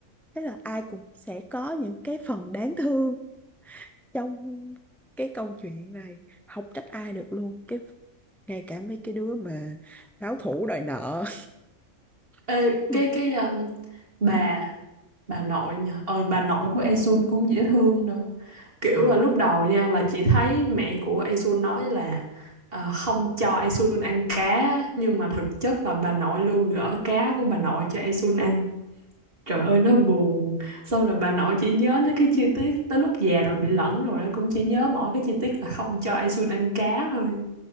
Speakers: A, in the centre; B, on the right (about 45°).
A: thế là ai cũng sẽ có những cái phần đáng thương trong cái câu chuyện này không trách ai được luôn cái ngay cả mấy cái đứa mà báo thủ đòi nợ
B: Ê,
A: <laughs> mà
B: cái cái um, bà bà nội nha ờ bà nội của Esun cũng dễ thương nữa kiểu
A: ờ
B: là lúc đầu nha là chỉ thấy mẹ của Esun nói là ờ, không cho Esun ăn cá nhưng mà thực chất là bà nội luôn gỡ cá của bà nội cho Esun ăn trời ơi nó buồn xong rồi bà nội chỉ nhớ tới cái chi tiết tới lúc già rồi bị lẫn rồi nó cũng chỉ nhớ mỗi cái chi tiết là không cho Esun ăn cá thôi